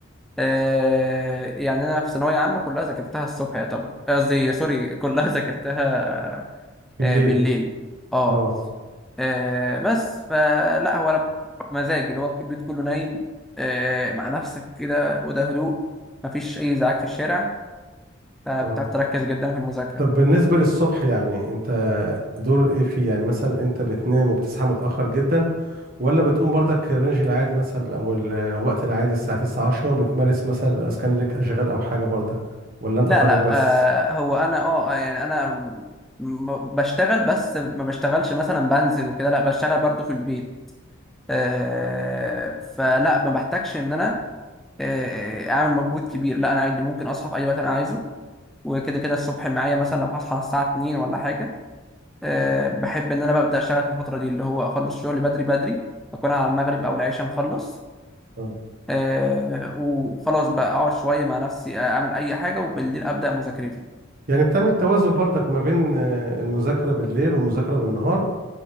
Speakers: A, in the centre; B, on the right.
A: آه يعني انا في ثانويه عامه كلها ذاكرتها الصبح يعتبر آه، قصدي سوري كلها <laughs> ذاكرتها
B: بالليل
A: آه بالليل اه
B: اه
A: آه بس فلا هو انا مزاج اللي هو البيت كله نايم آه مع نفسك كده وده هدوء مفيش اي ازعاج في الشارع فبتعرف
B: اه
A: تركز جدا في المذاكره
B: طب بالنسبة للصبح يعني انت دور ايه فيه يعني مثلا انت بتنام وبتصحى متأخر جدا ولا بتقوم برضك الرينج العادي مثلا او الوقت العادي الساعة 9 10 وبتمارس مثلا اسكان لك اشغال او حاجة برضك ولا انت
A: لا
B: طالب
A: لا
B: بس
A: آه هو انا اه آه، يعني انا م- م- بشتغل بس ما بشتغلش مثلا بنزل وكده لا بشتغل برضو في البيت آه فلا ما بحتاجش ان انا آه، اعمل مجهود كبير لا انا عادي ممكن اصحى في اي وقت انا عايزه وكده كده الصبح معايا مثلا لو هصحى الساعه 2 ولا حاجه أه بحب ان انا ببدا اشتغل في الفتره دي اللي هو اخلص شغلي بدري بدري اكون على المغرب او العشاء مخلص
B: آه.
A: أه وخلاص بقى اقعد شويه مع نفسي اعمل اي حاجه وبالليل ابدا مذاكرتي
B: يعني بتعمل توازن برضك ما بين آه، المذاكرة بالليل والمذاكرة بالنهار